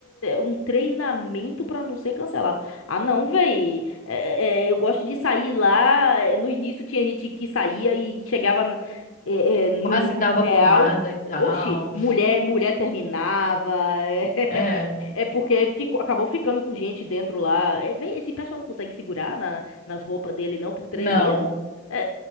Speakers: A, on the left; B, on the left.
A: um treinamento pra não ser cancelado. Ah, não, véi. É, é, é, eu gosto de sair lá. É, No início tinha gente que saía e chegava na- é, é, no
B: Quase
A: mundo
B: dava
A: real.
B: porrada e tal.
A: Oxi, mulher, mulher terminava. <laughs>
B: É.
A: É porque ficou, acabou ficando com gente dentro lá. É, vê, esse pessoal não consegue segurar na- nas roupas dele, não, por três
B: Não.
A: meses. É,